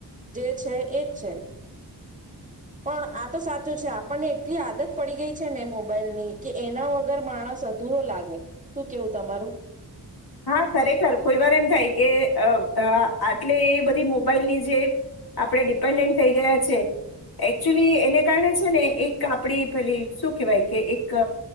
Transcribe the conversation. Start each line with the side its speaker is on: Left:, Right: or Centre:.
Right: જે છે એજ છે પણ આ તો સાચું છે આપણને એટલી આદત પડી ગઈ છે ને મોબાઈલની કે એના વગર માણસ અધૂરો લાગે શું કેવું તમારું
Left: હા ખરેખર કોઈ વાર એમ થાય કે આટલે એ બધી મોબાઈલની જે આપણે ડિપેન્ડન્ટ થઈ ગયા છે એકચુલી એને કારણે છે ને એક આપડી પેલી શું કેહેવાય કે એક